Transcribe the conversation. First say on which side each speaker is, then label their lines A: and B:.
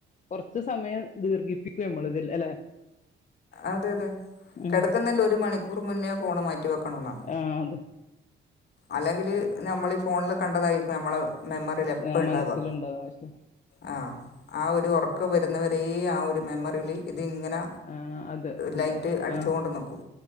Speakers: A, on the left; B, on the left.
A: കുറച്ചു സമയം ദീർഘി പിക്കു നമ്മളിതില്ല അല്ലെ
B: അതെ അതെ
A: ഉം
B: കിടക്കുന്നുണ്ട് ഒരു മണിക്കൂർ മുന്നേ ഫോണ് മാറ്റി വെക്കണ എന്നാ
A: ആഹ് അതെ
B: അല്ലെങ്കില് നമ്മൾ ഈ ഫോണില് കണ്ടതായിരിക്കും നമ്മളെ മെമ്മറിൽ എപ്പ
A: ആഹ്
B: ഉണ്ടാവുക
A: മനസ്സിലുണ്ടാവും ആശയം
B: ആഹ് ആ ഒരു ഉറക്ക വരുന്നവരെയ ആ ഒരു മെമ്മറിൽ ഇത്ങ്ങനെ
A: ആഹ് അതെ അതെ
B: ലൈറ്റ് അടിച്ചൊണ്ട്
A: ആഹ്
B: നോക്കൂ